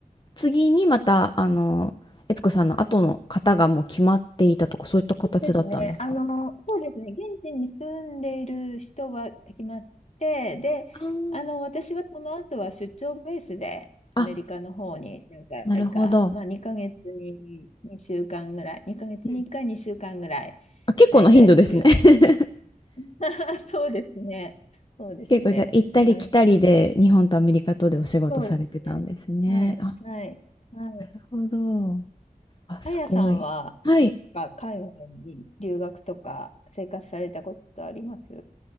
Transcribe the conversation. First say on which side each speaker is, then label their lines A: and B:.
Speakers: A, on the left; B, on the left.
A: 次にまたあの、悦子さんの後の方がもう決まっていたとかそういった形だったんですか
B: ですね。あの、そうですね。現地に住んでいる人は決まって、で、
A: あー
B: あの、私はその後は出張ベースでアメリカの方に何回か、
A: あなるほど。
B: まあ2ヶ月に2週間ぐらい、2ヶ月に1回2週間ぐらい
A: うんあ、結構な頻度ですね
B: 滞在するような。
A: <laughs>
B: <laughs> そうですね。そうですね。
A: 結構じゃあ行ったり来たりで日本とアメリカとでお仕事されてたんですね。
B: なかなか。そうですね。はい。
A: あ、
B: はい。はい。
A: なるほど。あ、すごい。
B: あやさんは、
A: はい。
B: どっか海外に留学とか生活されたことあります